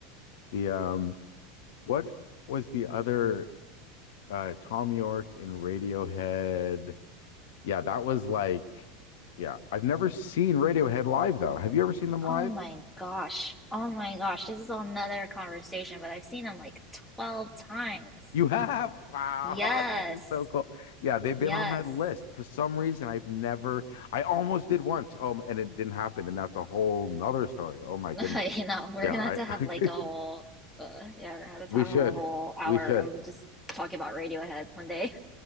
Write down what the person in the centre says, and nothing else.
Oh my gosh. Oh my gosh. This is another conversation, but I've seen him like 12 times.
Yes.
Yes.
<laughs>
You know, we're
gonna have to have
like a whole, uh, yeah, we're
gonna have
to have
a whole hour
of just talking about Radiohead one day.